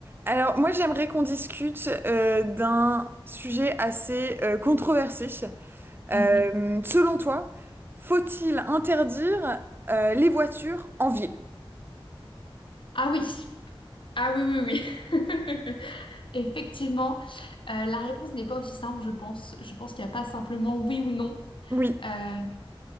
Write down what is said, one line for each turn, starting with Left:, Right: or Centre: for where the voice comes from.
Right: Alors, moi, j'aimerais qu'on discute euh, d'un sujet assez euh, controversé. Euh,
Left: Mhm.
Right: selon toi, faut-il interdire euh, les voitures en ville?
Left: Ah oui, ah oui, oui, oui. <laughs> Effectivement, euh, la réponse n'est pas aussi simple, je pense. Je pense qu'il n'y a pas simplement oui ou non.
Right: Oui,
Left: Euh,